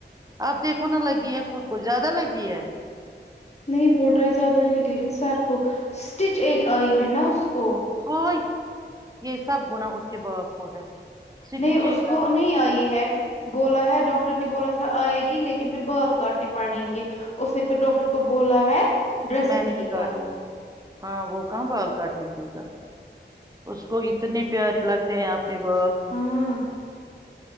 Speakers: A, on the right (about 20°); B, on the left (about 35°).
A: آپ دیکھو نہا لگی ہے خود کو زیادہ لگی ہے
B: نہیں بول رہا ہے زیادہ نہیں لگی لیکن سر کو اسٹچ ایک آئی ہے نا اس کو
A: ہاں یہ سب گنا اس کے باپ کو ہے سٹی
B: نہیں اس
A: چکن
B: کو نہیں آئی ہے بولا ہے ڈاکٹر نے بولا تھا آئے گی لیکن پھر بال کاٹنے پڑیں گے اس نے پھر ڈاکٹر کو بولا ہے ڈریسنگ
A: میں نہیں
B: ہی
A: کاٹ
B: کرو
A: ہاں وہ کہاں بال کاٹنے کی گا اس کو اتنے پیارے لگتے ہیں اپنے بال
B: ہاں